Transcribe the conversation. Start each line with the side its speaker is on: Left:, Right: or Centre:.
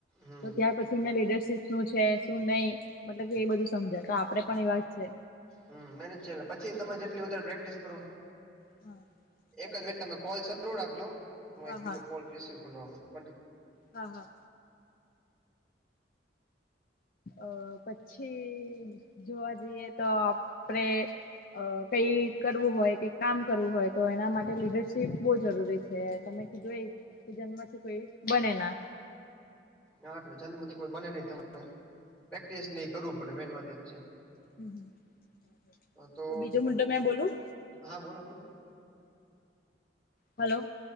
Centre: હમ
Left: તો ત્યાં પછી એમને લીડરશીપ શું છે, શું નઈ મતલબ કે એ બધું સમજાય તો આપણે પણ એવાજ છે
Centre: હમ્મ, બે છેલે પછી તમે જેટલી વધારે પ્રેક્ટિસ કરો
Left: હા
Centre: <unintelligible> એક
Left: સાચી
Centre: જ મિનિટ
Left: વાત
Centre: તમે કોલ શરૂ રાખજો. હું એક
Left: હા
Centre: બીજો કોલ રિસિવ <unintelligible>
Left: હા હા. અ પછી જોવા જઈએ તો આપરે અ કઈ કરવું હોય કે કામ કરવું હોય તો એના માટે લીડરશીપ બો જરૂરી છે, તમે <unintelligible> જન્મથી કોઈ બનેના.
Centre: હા એટલે જન્મથી કોઈ બને નઈ તમારે પ્રેક્ટિસ ને કરવું પડે મેન વાત એ જ છે.
Left: હમ,
Centre: તો
Left: બીજો મુદ્દો મે બોલું?
Centre: હા, બોલો બોલો
Left: હલો